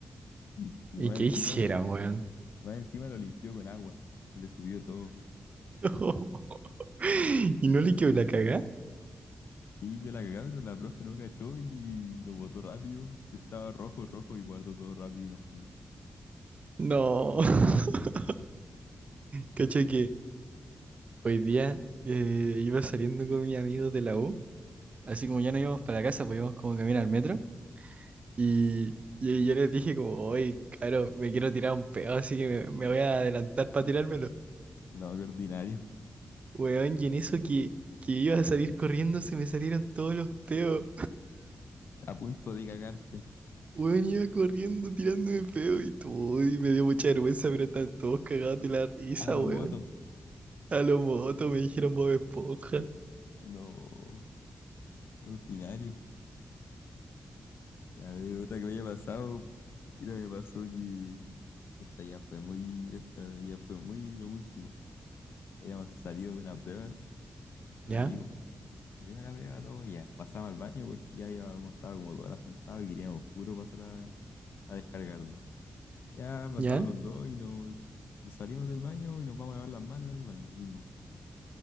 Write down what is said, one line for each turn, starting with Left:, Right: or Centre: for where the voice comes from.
Left: Y, y
Right: ¿Y
Left: más
Right: qué
Left: encima,
Right: hicieron, weón?
Left: más encima lo limpió con agua, se le subió todo.
Right: <laughs> ¿Y no le quedó la cagá?
Left: Sí, yo la cagaba pero la profe no cachó y lo botó rápido. Estaba rojo, rojo y guardó todo rápido y nos fuimos.
Right: No. <laughs> Cacha que hoy día eh, iba saliendo con mis amigos de la U, así como ya no íbamos para la casa, pues íbamos como caminar al metro, y, y yo les dije como, oye, claro, me quiero tirar un pedo, así que me, me voy a adelantar para tirármelo.
Left: No, qué ordinario.
Right: Weón, y en eso que, que iba a salir corriendo se me salieron todos los peos.
Left: A punto de cagarte.
Right: Weón, iba corriendo tirándome peos y todo, y me dio mucha vergüenza, pero están todos cagados de la risa,
Left: A lo
Right: weón.
Left: moto.
Right: A lo moto me dijeron Bob Esponja.
Left: No, ordinario. Ya, a ver, otra que me haya pasado. Mira, me pasó que esta ya fue muy, esta ya fue muy lo último. Habíamos salido de una prueba con
Right: ¿Ya?
Left: un amigo. Terminó la prueba todo, ya pasamos al baño porque ya habíamos estado como todas las sentadas y queríamos puro pasar a, a descargarnos. Ya pasamos
Right: ¿Ya?
Left: los dos y nos, nos salimos del baño y nos vamos a lavar las manos en el baño mismo.